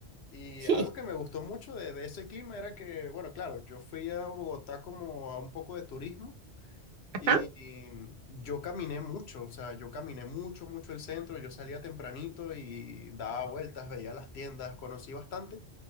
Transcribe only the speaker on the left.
Y
algo que me gustó mucho de, de ese clima era que, bueno, claro, yo fui a Bogotá como a un poco de turismo.
Y yo caminé mucho, o sea, yo caminé mucho, mucho el centro, yo salía tempranito y daba vueltas, veía las tiendas, conocí bastante.